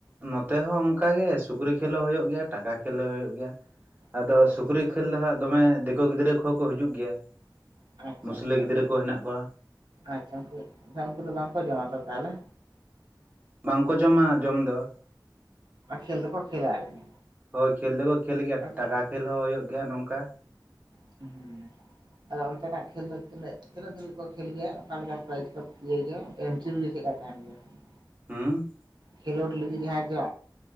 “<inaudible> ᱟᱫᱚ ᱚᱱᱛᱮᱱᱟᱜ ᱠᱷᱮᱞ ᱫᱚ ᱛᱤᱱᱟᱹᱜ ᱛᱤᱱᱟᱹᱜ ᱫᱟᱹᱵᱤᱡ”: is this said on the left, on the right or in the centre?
Right